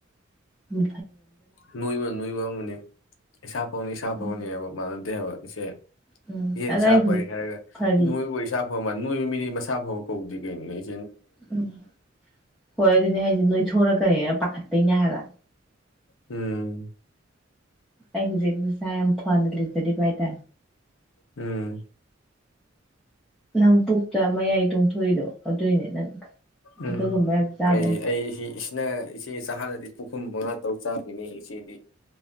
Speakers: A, in the centre; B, on the left (about 85°).
A: ꯎꯝ
B: ꯅꯣꯏꯕ ꯅꯣꯏ ꯋꯥ ꯑꯃꯒꯅꯤ ꯏꯁꯥ ꯐꯧꯅꯤ ꯏꯁꯥ ꯐꯧꯅꯤ
A: ꯎꯝ
B: ꯍꯥꯏꯕ ꯃꯥꯟꯅꯗꯦ ꯍꯥꯏꯕ ꯏꯆꯦ
A: ꯎꯝ
B: ꯏꯆꯦ
A: ꯑꯗ
B: ꯏꯁꯥ
A: ꯑꯩ ꯍꯧꯖꯤꯛ
B: ꯐꯔ ꯍꯥꯏꯔꯒ
A: ꯐꯔꯤ
B: ꯏ ꯅꯣꯏꯕꯨ ꯏꯁꯥ ꯑꯃ ꯅꯣꯏꯕ ꯃꯤꯗꯤ ꯃꯥ ꯐꯕ ꯀꯧꯗ꯭ꯔꯤ ꯀꯩꯅꯣ ꯑꯩ
A: ꯎꯝ ꯍꯣꯏ ꯑꯗꯨꯅꯦ ꯍꯥꯏꯗꯤ ꯅꯣꯏ ꯊꯣꯔꯛ ꯈꯔꯦ ꯄꯥꯈꯠꯠꯇꯅ ꯍꯥꯏꯒ
B: ꯎꯝ
A: ꯑꯩ ꯍꯧꯖꯤꯁꯥꯏ ꯐꯅꯇꯗꯤ ꯄꯥꯏ ꯇ
B: ꯎꯝ
A: ꯅꯪ ꯄꯨꯛꯇ ꯃꯌꯥꯏ ꯇꯣꯡꯊꯣꯛꯏꯗꯣ ꯑꯗꯨꯏꯅꯦ ꯅꯪ
B: ꯎꯝ
A: ꯑꯗꯨꯒꯨꯝꯕ ꯌꯥꯝ ꯆꯥꯕꯩꯅꯤ
B: ꯀꯩ ꯑꯩꯁꯤ ꯁꯤꯅ ꯏꯆꯦ ꯆꯍꯥꯗꯗꯤ ꯄꯨꯈꯨꯝ ꯃꯉꯥ ꯇꯔꯨꯛ ꯆꯥꯔꯤꯅꯦ ꯏꯆꯦꯗꯤ